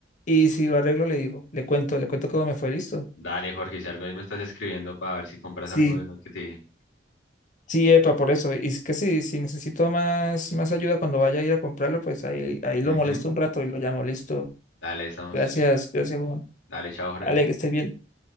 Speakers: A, on the left; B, on the left.
A: y si lo arreglo le digo, le cuento, le cuento cómo me fue, listo.
B: Dale, Jorge, si algo ahí me estás escribiendo para ver si compras
A: Sí,
B: algo de lo que te dije.
A: sí, epa, por eso, y es que sí, si necesito más, más ayuda cuando vaya a ir a comprarlo, pues ahí, ahí lo
B: Ujú.
A: molesto un rato y lo llamo, listo.
B: Dale, estamos.
A: Gracias, gracias Juan.
B: Dale, chao, Jorge.
A: Ale, que estés bien.